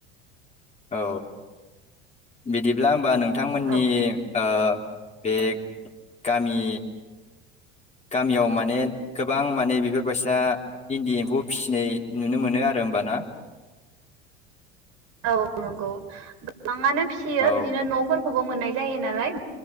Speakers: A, on the left (about 20°); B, on the right (about 55°).
A: औ बिदिब्ला होमबा नों नोंथांमोननि
B: औ
A: ओ। बे गामि गामियाव माने गोबां माने बेफोरबायसा इन्दि एम्फौ फिसिनाय नुनो मोनो आरो होमबाना।
B: औ नांगौ लांनानै फिसियो
A: औ
B: बिदिनो नफोरखौ। मोननाय जायो नालाय